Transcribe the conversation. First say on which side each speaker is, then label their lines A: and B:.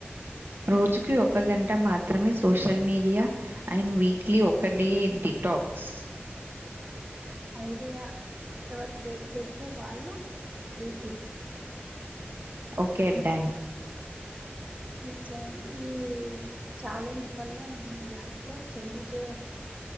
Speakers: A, on the right (about 60°); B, on the right (about 30°).
A: రోజుకి ఒక గంట మాత్రమే సోషల్ మీడియా అండ్ వీక్లీ ఒక డే డిటాక్స్
B: ఐడియా ఎవరు బ్రేక్ చేస్తే వాళ్ళు ట్రీట్ ఇవ్వాలి
A: ఓకే డన్
B: ఈ చే ఈ ఛాలెంజ్ వల్ల మనం లైఫ్ లో చేంజ్